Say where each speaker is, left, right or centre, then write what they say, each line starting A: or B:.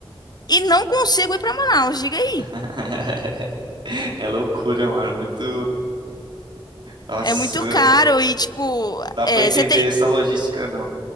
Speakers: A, on the left; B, on the right.
A: e não consigo ir pra Manaus, diga aí.
B: <laughs> é loucura, mano. Muito. Nossa,
A: É muito caro e tipo,
B: não dá
A: é,
B: pra entender
A: você tem,
B: essa logística, não.